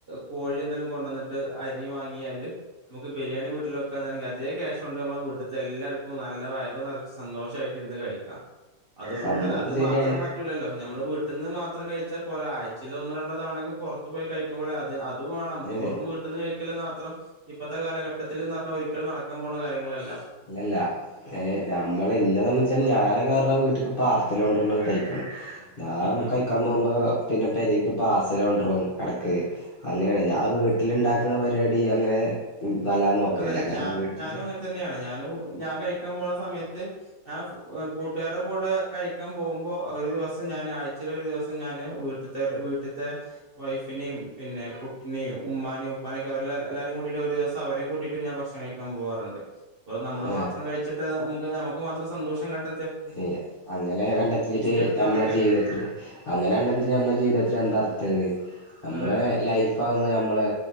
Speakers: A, on the right; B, on the left.
A: കോഴി എന്തെലും കൊണ്ടുവന്നിട്ട് അരി വാങ്ങിയാല് നമുക്ക് ബിരിയാണി വീട്ടിൽക്കാ അതേ ക്യാഷ് കൊണ്ട് നമ്മള വിട്ട്ത്തെ എല്ലർക്കും നല്ല വയർ നിറ സന്തോഷമായിട്ട് ഇരുന്ന് കഴിക്കാം അതുകൂടെ
B: സംഭവൊക്കെ
A: തന്നെ അത്
B: ശരിയാണ്
A: മാത്രം പറ്റൂില്ലല്ലോ നമ്മള് വീട്ട വീട്ടിന് മാത്രം കഴിച്ചൽ പോര അയച്ചയി ഒന്ന് രണ്ടോ തവണ ഓക്കേ പുറത്ത് പോയി കഴുമ്പോഴേ അത്ത് അത് പോണം നമുക്ക്
B: അതെ
A: വെറും വീട്ട്ന്ന് കഴിക്കല് മാത്രം ഇപ്പത്തെ കാലഘട്ടത്തില്ന്നർഞ്ഞാ ഒരിക്കലും നടക്കാം പോണ കാര്യങ്ങളല്ലാ
B: ഇല്ലല്ല ഏ നമ്മള ഇല്ലത വെച്ചാൽ ഞാന കേയറ വീട്ടക്ക് പാർസൽ കൊണ്ടരുന്ന കൈപ്പാണ് ഞാൻ
A: ഉം ഉം
B: കഴിക്കാൻ
A: ഉം.
B: പോകുമ്പോ പിന്നെ പരിക് പാർസൽ കൊണ്ടും ഇടക്ക് അങ്ങനെയാണ് ഞാൻ വീട്ടിൽ ഇണ്ടാക്കുന്ന പരിപാടി അങ്ങനെ വല്ലാതെ നോക്കലില്ല
A: അതെ
B: കാരണം
A: ഞാ
B: വീട്ടില്
A: ഞാനും അങ്ങനെ തന്നെയാണ് ഞ ഞാൻ കഴിക്കാൻ പോുന്ന സമയത്ത് ഞാൻ കൂട്ടുകാരുടെ കൂടെ കഴിക്കാൻ പോകുമ്പോ അവ വസം ഞാന് ആഴ്ച്ചേലൊര് ദിവസം ഞാന് വീട്ട്ത്തെ വീട്ട്ത്തെ വൈഫിനിം പിന്നെ കുട്ടിനിം ഉമ്മാും ഉപ്പാനൊെ അവല്ലാരും കൂട്ടിട് ഒരു ദിവസം അവരും കുടി പിന്നെ ഭക്ഷണം കഴിക്കാൻ പോകാറുണ്ട് നമ്മള്
B: ഏഹ്
A: മാത്രം കഴിച്ചിട്ട് നമുക്ക് മാത്രം സന്തോഷം കട്ട
B: അ അങ്ങനെ കണ്ടെത്തിട്ട്
A: എടുക്കാന്നൊക്കെ
B: നമ്മളെ ജീവിതത്തിൽ അങ്ങനെ കണ്ടത്തി നമ്മെ ജീവിതത്തിൽ എന്താ നമ്മളെ
A: അതെ അതെ
B: ലൈഫ് ആകുമ്പോ നമ്മളെ